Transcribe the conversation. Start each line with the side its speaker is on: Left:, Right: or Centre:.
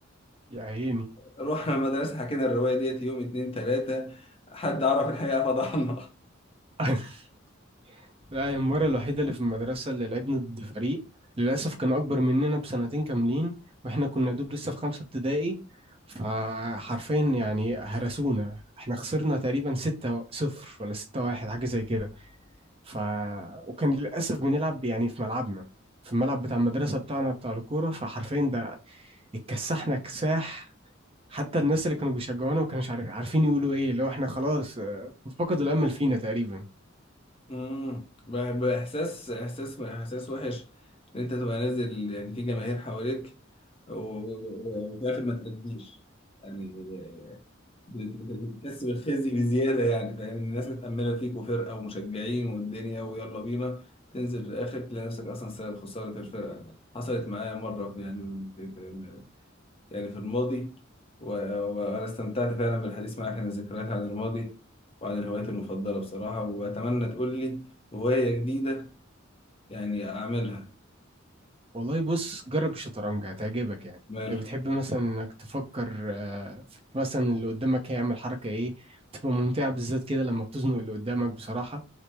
Right: يا عيني
Left: رحنا المدرسة حكينا الرواية ديت يوم اتنين تلاتة حد عرف الحقيقة فضحنا
Right: <laughs> لا هي المره الوحيده اللي في المدرسه اللي لعبنا ضد فريق للاسف كان اكبر مننا بسنتين كاملين واحنا كنا دوب لسه في خمسه ابتدائي فحرفيا يعني هرسونا احنا خسرنا تقريبا ستة صفر ولا ستة واحد حاجه زي كده ف وكان للاسف بنلعب يعني في ملعبنا في الملعب بتاع المدرسه بتاعنا بتاع الكوره فحرفيا ده اتكسحنا كساح حتى الناس اللي كانوا بيشجعونا ما كانوش عارف عارفين يقولوا ايه اللي هو احنا خلاص آه، فقدوا الامل فينا تقريبا
Left: امم <laughs> بح- بإحساس إحساس إحساس وحش إن أنت تبقى نازل يعني في جماهير حواليك و- و- و- وفي الآخر ما تأديش يعني بتحس بالخزي بزيادة يعني فاهم إن الناس متأملة فيك وفرقة ومشجعين والدنيا ويلا بينا تنزل في الآخر تلاقي نفسك أصلا سبب خسارة الفرقة حصلت معايا مرة في يعني في في يعني في الماضي و- و- وأنا استمتعت فعلا بالحديث معاك عن الذكريات عن الماضي وعن الهوايات المفضلة بصراحة وأتمنى تقول لي هواية جديدة يعني أعملها
Right: والله بص جرب الشطرنج هتعجبك يعني
Left: مال
Right: لو بتحب مثلا انك تفكر آه، مثلا اللي قدامك هيعمل حركة ايه بتبقى ممتعة بالذات كده لما بتزنق اللي قدامك بصراحة